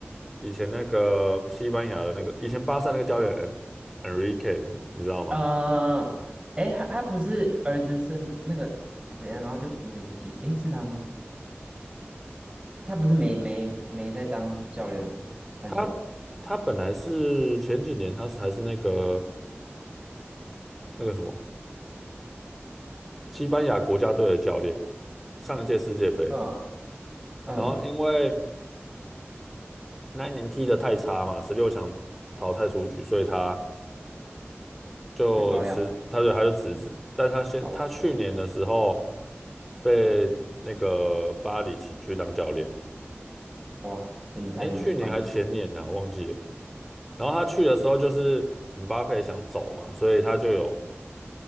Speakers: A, in the centre; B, on the right.
A: 以前那个西班牙的那个以前巴萨那个教练 En- Enrique，你你知道吗？
B: 嗯，哎，他他不是儿子生那个怎样，然后就没提，哎，是他吗？他不是没没没在当教练了吗？还是有？
A: 他他本来是前几年他是还是那个那个什么西班牙国家队的教练，上一届世界杯。
B: 嗯嗯，
A: 然后因为那一年踢得太差嘛，十六强淘汰出局，所以他就辞，
B: 被刷掉。
A: 他就他就辞职。但他现他去年的时候
B: 哦，
A: 被那个巴黎请去当教练，
B: 哇，真的太久没关注。
A: 哎，去年还前年呢、忘记了。然后他去的时候就是姆巴佩想走嘛，所以他就有